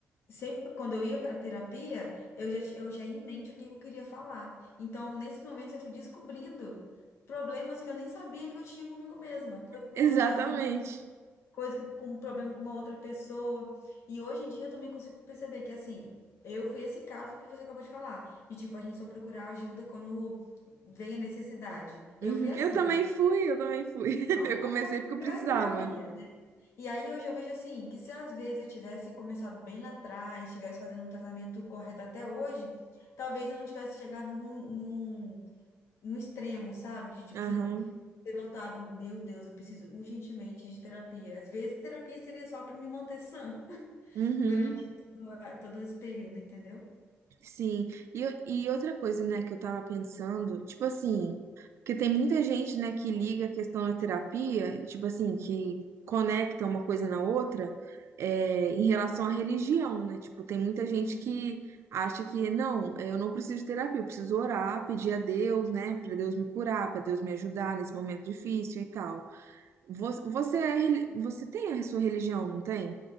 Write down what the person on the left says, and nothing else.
sempre quando eu ia para terapia, eu já, ti- eu já ia em mente o que eu queria falar. Então, nesses momentos, eu fui descobrindo problemas que eu nem sabia que eu tinha comigo mesma, coisa que
eu não gostava em mim, coisa que, com um problema com uma outra pessoa. E hoje em dia eu também consigo perceber que, assim, eu fui esse caso que você acabou de falar, de tipo, a gente só procurar ajuda quando vem a necessidade. Eu
fui assim.
né?
Não,
acho que é a
grande
maioria. E aí hoje eu vejo assim, que se às vezes eu tivesse começado bem lá atrás, tivesse fazendo um tratamento correto até hoje, talvez eu não tivesse chegado num, num, num extremo, sabe? De tipo
assim, ter notado, meu Deus, eu preciso urgentemente de terapia. Às vezes terapia seria só para me manter sã <laughs>
durante todo, a- todo esse período, entendeu?
Uhum.